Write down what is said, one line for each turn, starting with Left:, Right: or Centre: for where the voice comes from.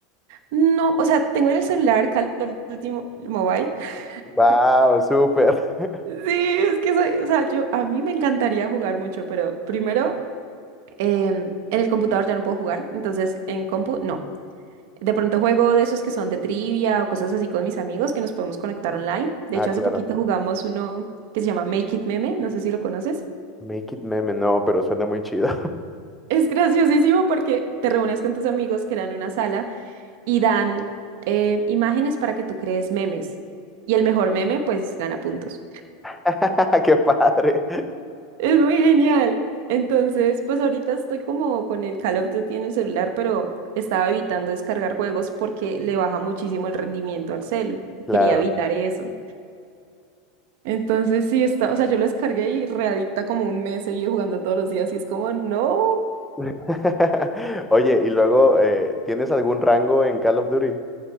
Right: No, o sea, tengo en el celular Call of Duty Mo- Mobile. <laughs>
Centre: Wow, súper. <laughs>
Right: Sí, es que soy, o sea, yo a mí me encantaría jugar mucho, pero primero em, en el computador ya no puedo jugar, entonces en compu no. De pronto juego de esos que son de trivia o cosas así con mis amigos que nos podemos conectar online. De
Centre: Ah,
Right: hecho,
Centre: claro.
Right: hace poquito jugamos uno que se llama Make It Meme, no sé si lo conoces.
Centre: Make it meme, no, pero suena muy chido.
Right: Es graciosísimo porque te reúnes con tus amigos que dan una sala y dan eh, imágenes para que tú crees memes. Y el mejor meme, pues, gana puntos.
Centre: <laughs> Qué padre.
Right: Es muy genial. Entonces, pues ahorita estoy como con el Call of Duty en el celular, pero estaba evitando descargar juegos porque le baja muchísimo el rendimiento al celu.
Centre: Claro.
Right: Quería evitar eso. Entonces sí está, o sea, yo lo descargué y readicta como un mes seguí jugando todos los días y es como, no.
Centre: <laughs> Oye, y luego, eh, ¿tienes algún rango en Call of Duty?